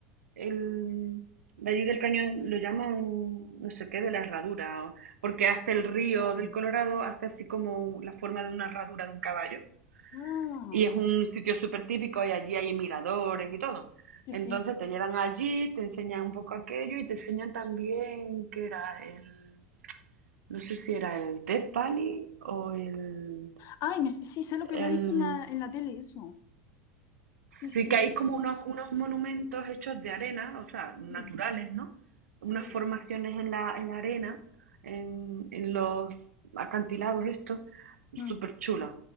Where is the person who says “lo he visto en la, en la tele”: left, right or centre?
Left